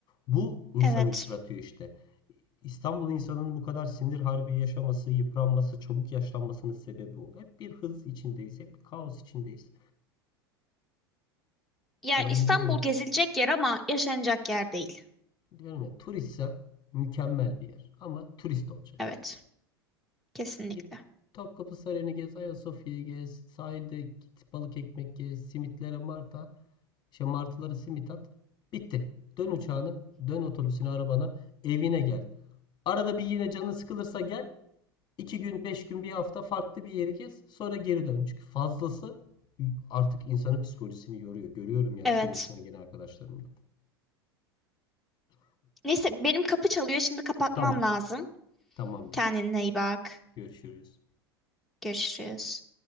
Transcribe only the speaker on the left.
Bu insanı
yıpratıyor işte. İstanbul insanının bu kadar sinir harbi yaşaması, yıpranması, çabuk yaşlanmasının sebebi o. Hep bir hız içindeyiz, hep bir kaos içindeyiz.
Allah'a
imreniyorum.
Diyorum ya turistsen mükemmel bir yer ama turist olacaksın.
Git Topkapı Sarayı'nı gez, Ayasofya'yı gez, sahilde git balık ekmek gez, simitlere mart at, şey martılara simit at. Bitti. Dön uçağına, dön otobüsüne, arabana, evine gel. Arada bir yine canın sıkılırsa gel. İki gün, beş gün, bir hafta farklı bir yeri gez. Sonra geri dön. Çünkü fazlası artık insanın psikolojisini yoruyor. Görüyorum yani
şehir dışına gelen arkadaşlarımda.
Tamam,
tamamdır.
Görüşürüz.